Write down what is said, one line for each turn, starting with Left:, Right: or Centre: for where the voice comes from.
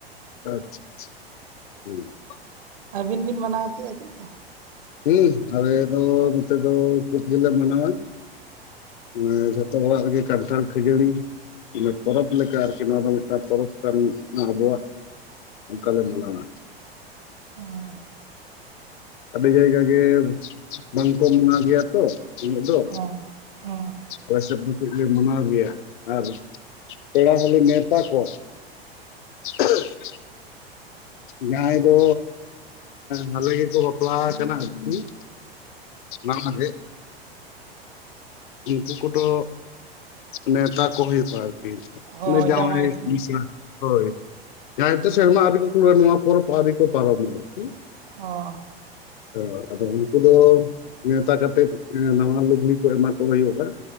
Left: ᱟᱪᱪᱷᱟ ᱟᱪᱪᱷᱟ ᱪᱷᱟ᱾ ᱦᱩᱸ,
Right: ᱟᱹᱵᱤᱱ ᱵᱤᱱ ᱢᱟᱱᱟᱣ ᱠᱮᱜᱼᱟ ᱪᱮᱜ ᱪᱚ?
Left: ᱦᱩᱸ ᱟᱞᱮ ᱫᱚ ᱱᱚᱛᱮ ᱫᱚ ᱠᱩᱵ ᱜᱮᱞᱮ ᱢᱟᱱᱟᱣᱟ᱾ ᱮᱸᱻᱡᱷᱚᱛᱚ ᱚᱲᱟᱜ ᱨᱮᱜᱮ ᱠᱟᱴᱷᱟᱲ ᱠᱷᱟᱡᱟᱹᱲᱤ, ᱢᱟᱱᱮ ᱯᱚᱨᱚᱵᱽ ᱞᱮᱠᱟ ᱟᱨᱠᱤ ᱱᱚᱣᱟ ᱫᱚ ᱢᱤᱫᱴᱟᱝ ᱯᱚᱨᱚᱵᱽ ᱠᱟᱱ ᱱᱟ ᱟᱵᱚᱣᱟᱜ᱾ ᱚᱱᱠᱟ ᱞᱮ ᱢᱟᱱᱟᱣᱟ᱾
Right: ᱦᱚᱸᱻ
Left: ᱟᱹᱰᱤ ᱡᱟᱭᱜᱟ ᱜᱮ ᱵᱟᱝ ᱠᱚ ᱢᱟᱱᱟᱣ ᱜᱮᱭᱟ ᱛᱚ ᱩᱱᱟᱹᱜ ᱫᱚ᱾
Right: ᱦᱚᱸ ᱦᱚᱸ
Left: ᱟᱞᱮ ᱥᱮᱫ ᱫᱚ ᱠᱟᱹᱡ ᱞᱮ ᱢᱟᱱᱟᱣ ᱜᱮᱭᱟ ᱟᱨ ᱯᱮᱲᱟ ᱦᱚᱸᱞᱮ ᱱᱮᱶᱛᱟ ᱠᱚᱣᱟ᱾ <unintelligible> ᱡᱟᱦᱟᱸᱭ ᱫᱚ ᱦᱟᱞᱮ ᱜᱮᱠᱚ ᱵᱟᱯᱞᱟ ᱟᱠᱟᱱᱟ ᱟᱨᱠᱤ, ᱚᱱᱟ ᱚᱱᱟ ᱜᱮ᱾ ᱩᱱᱠᱩ ᱠᱚᱫᱚ ᱱᱮᱶᱛᱟ ᱠᱚ ᱦᱩᱭᱩᱜᱼᱟ ᱟᱨᱠᱤ᱾
Right: ᱦᱚᱸ
Left: ᱚᱱᱮ ᱡᱟᱸᱣᱟᱭ
Right: ᱡᱟᱶᱟᱭ ᱠᱚ
Left: ᱢᱤᱥᱨᱟ, ᱦᱳᱭ, ᱡᱟᱦᱟᱸᱭ ᱛᱚ ᱥᱮᱨᱢᱟ ᱟᱹᱣᱨᱤ ᱠᱚ ᱠᱩᱲᱟᱹᱣᱟ ᱱᱚᱣᱟ ᱯᱚᱨᱚᱵᱽ ᱟᱹᱣᱨᱤ ᱠᱚ ᱯᱟᱨᱚᱢᱟ ᱟᱨᱠᱤ᱾
Right: ᱚᱸᱻ
Left: ᱦᱚᱸ ᱟᱫᱚ ᱩᱱᱠᱩ ᱫᱚ ᱱᱮᱣᱛᱟ ᱠᱟᱛᱮᱫ ᱮᱸ ᱱᱟᱣᱟ ᱞᱩᱜᱽᱲᱤ ᱠᱚ ᱮᱢᱟ ᱠᱚ ᱦᱩᱭᱩᱜᱼᱟ᱾